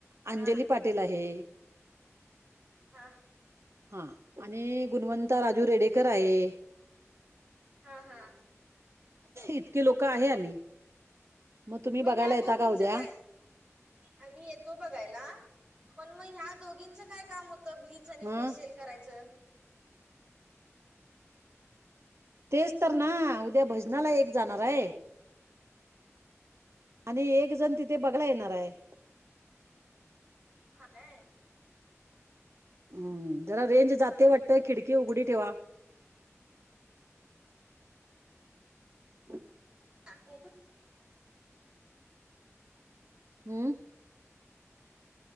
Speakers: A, on the right; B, on the right.
A: हा
B: अंजली पाटील आहे.
A: हा
B: हा आणि गुणवंता राजू रेडेकर आहे.
A: हा हा
B: इतके लोक आहे आम्ही. तुम्ही
A: मग
B: बघायला
A: या
B: येता
A: दोघींच
B: का उद्या
A: काय? आम्ही येतो बघायला, पण मग ह्या दोघींच काय काम होतं की, चिनी
B: ह
A: फेशियल करायचं.
B: तेच तर ना उद्या भजनाला एक जाणार आहे. आणि एक जण तिथे बघला येणार आहे.
A: हा काय.
B: हा जरा रेंज जाते वाटतय खिडकी उघडी ठेवा. <inaudible>
A: ह <inaudible>
B: हम्म